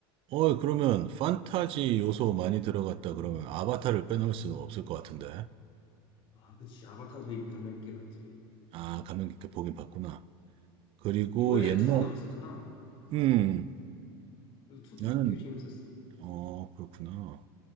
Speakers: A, on the right; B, on the left.
A: 어, 그러면 판타지 요소 많이 들어갔다 그러면 아바타를 빼놓을 수는 없을 것 같은데.
B: 아, 그치. 아바타도 이- 감명 깊게 봤지.
A: 아, 감명 깊게 보긴 봤구나. 그리고
B: 이번에
A: 옛날,
B: 투도 남았었잖아.
A: 음,
B: 그래서 투도
A: 나는,
B: 꽤 재밌었어.
A: 어, 그렇구나.